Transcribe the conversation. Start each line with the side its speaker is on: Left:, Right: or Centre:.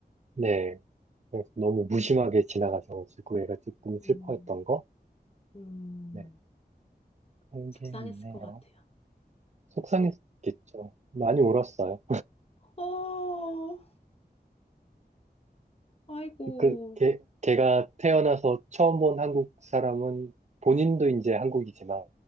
Right: 네. 그래서 너무 무심하게 지나가셔가지고 애가 조금
Left: 음,
Right: 슬퍼했던 거?
Left: 음,
Right: 네. 그런
Left: 속상했을
Right: 게 있네요.
Left: 것 같아요.
Right: 속상했겠죠.
Left: 네.
Right: 많이 울었어요.
Left: 어, 아이고,
Right: 그, 걔, 걔가 태어나서 처음 본 한국 사람은 본인도 이제 한국이지만